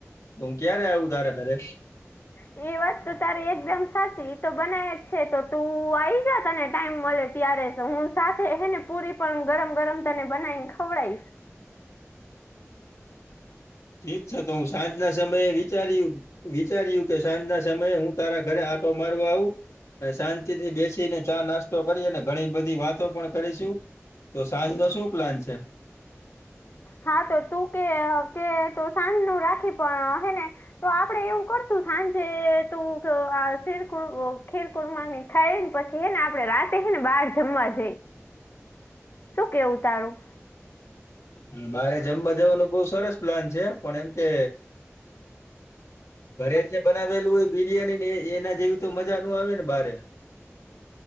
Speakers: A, on the left; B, on the left.
A: હું ક્યારે આવું તારે ઘરે
B: હ એ વાત તો તારી એકદમ સાચી એ તો બનાય જ છે તો તું આવી જા તને ટાઈમ મળે ત્યારે તો હું સાથે ત ને પુરી પણ ગરમ ગરમ તને બનાવીને ખવડાવીશ
A: ઠીક છે તો હું સાંજે આવીશ સમયે વિચાર્યું વિચાર્યું કે સાંજના સમયે હું તારા ઘરે આટો મારવા આવું શાંતિ થી બેસીને ચા નાસ્તો કરીને ઘણી બધી વાતો પણ કરીશું તો સાંજ નો શું પ્લાન છે
B: હા તો તું કે કે ત સાંજ નું રાખી પણ હે ને તો આપડે એવું કરશું સાંજે તું શેરકુર ખેરકુરમાંની થાયને પછી હે ને આપડે રાતે બહાર જમવા જઈ શું કેવું તારું
A: મારે જમવા જવાનું બહુ સરસ પ્લાન છે પણ એમ કે ઘરે જ બનાવેલું હોય બિરિયાની ને એના જેવી તો મજા ન આવે ને બારે